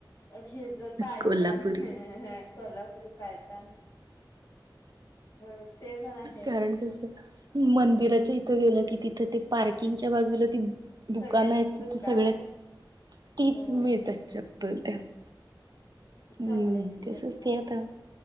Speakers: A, on the left; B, on the right.
A: अर हे जर पायतान
B: कोल्हापुरी
A: कोल्हापुरी पायतान होय ते पण आहे
B: कारण कसं मंदिराच्या इथं गेलं की तिथ ते पार्किंगच्या बाजूला
A: सगळे
B: दुकानं आहेत
A: दुकान
B: तिथे सगळ्यात
A: आहेत
B: तीच
A: होय
B: मिळतात त हम्
A: चमड्याची
B: तसच
A: चपला
B: ते आता